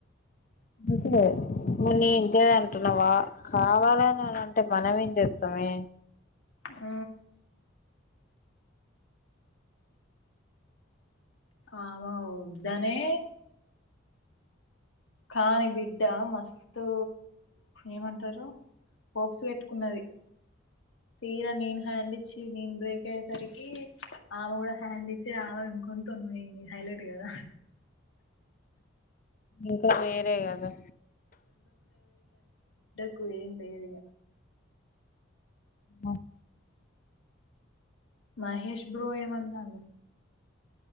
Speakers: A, on the left (about 40°); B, on the left (about 70°).
A: <inaudible> నువ్ నీ ఇంతే అంటున్నావా కావాలని అని అంటే మనమేం చెప్తామే
B: ఊ ఆమె వద్దనే కానీ బిడ్డ మస్తు ఏమంటారు హోప్స్ పెట్టుకున్నది తీరా నేను హ్యాండ్ ఇచ్చి నేను బ్రేక్ అయ్యేసరికి ఆమె కూడా హ్యాండ్ ఇచ్చి ఆమె ఇంకోని తోని పోయింది హైలైట్ కదా
A: ఇంక వేరే గదా
B: కు ఏం లేేదు ఇగ
A: ఉమ్ ఆ
B: మహేష్ బ్రో ఏమంటాండు